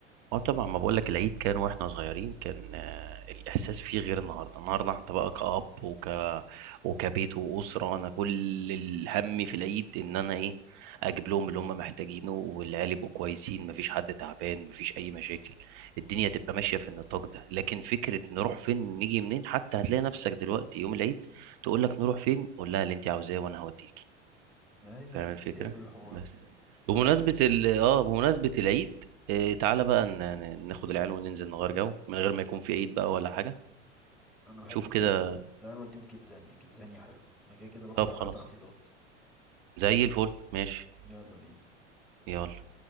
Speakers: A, on the right; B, in the centre.
A: اه طبعا ما بقولك العيد كان واحنا صغيرين كان آه، الاحساس فيه غير النهارده النهارده انت بقى
B: مم.
A: كأب وك وكبيت وأسرة انا كل الهم في العيد ان انا ايه اجيب لهم اللي هم محتاجينه والعيال
B: مم.
A: يبقوا كويسين مفيش حد تعبان مفيش اي مشاكل الدنيا تبقى ماشيه في النطاق ده لكن فكره نروح فين نيجي منين حتى هتلاقي نفسك دلوقتي يوم العيد تقول لك نروح فين قول لها اللي انت عاوزاه وانا هوديك
B: ايوه
A: فاهم الفكرة
B: ايه في الحوار
A: بس بمناسبة ال اه بمناسبة العيد آه تعالى بقى ن- ن- ناخد العيال وننزل نغير جو من غير ما يكون في عيد بقى ولا حاجة
B: انا بحب
A: شوف
B: كده
A: كده
B: جدا ده انا بديهم كيتزانيا كيتزانيا حلو انا كده كده باخد
A: طب
B: عليها
A: خلاص
B: تخفيضات
A: زي الفل ماشي
B: يلا بينا
A: يلا